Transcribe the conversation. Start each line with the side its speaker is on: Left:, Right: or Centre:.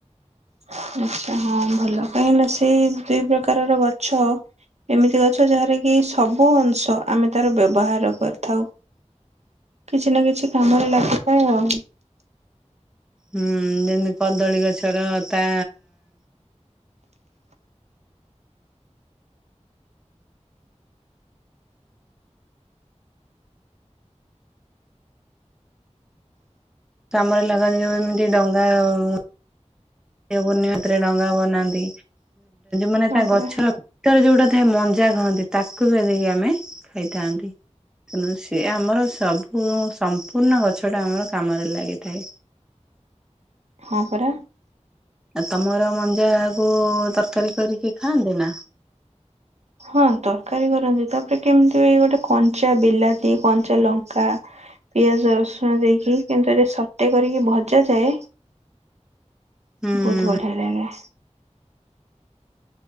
Right: ଆଚଛା ହଁ ଭଲ କାହିଁକି ନା ସେଇ ଦୁଇ ପ୍ରକାରର ଗଛ ଏମିତି ଗଛ ଯାହାର କିି ସବୁ ଅଂଶ ଆମେ ତାର ବ୍ୟବହାର କରିଥାଉ କିଛି ନା କିଛି କାମରେ ଲାଗିଥାଏ ଆଉ।
Centre: ହୁଁ ଯେମିତି କଦଳୀ ଗଛର ତା ଚାମରେ ଲଗାନ ଯୋଉ ଏମିତି ଡଙ୍ଗା ଉଁ ପୁର୍ଣ୍ତିରେ ଡଙ୍ଗା ବନାନ୍ତି। ମାନେ
Right: ହଁ
Centre: ତା
Right: ପରା
Centre: ଗଛର ଗୀତରେ ଯୋଉଟା ଥାଏ ମଞ୍ଜା କହନ୍ତି ତାକୁ ବି ଦେଇକି ଆମେ ଖାଇଥାନ୍ତି। ତେଣୁ ସେ ଆମର ସବୁ ସମ୍ପୂର୍ଣ୍ଣ ଗଛଟା ଆମର କାମରେ ଲାଗିଥାଏ।
Right: ହଁ ପରା।
Centre: ଆଉ ତମର ମଞ୍ଜାକୁ ତରକାରୀ କରିକି ଖାଆନ୍ତି ନା।
Right: ହଁ ତରକାରୀ କରନ୍ତି ତାପରେ କେମିତି ଗୋଟେ କଞ୍ଚା ବିଲାତି କଞ୍ଚା ଲଙ୍କା ପିଆଜ ରସୁଣ ଦେଇକି କିନ୍ତୁ ଏଟ ସଟେ କରିକି ଭଜା ଯାଏ
Centre: ହୁଁ
Right: ବହୁତ ବଢ଼ିଆ ଲାଗେ।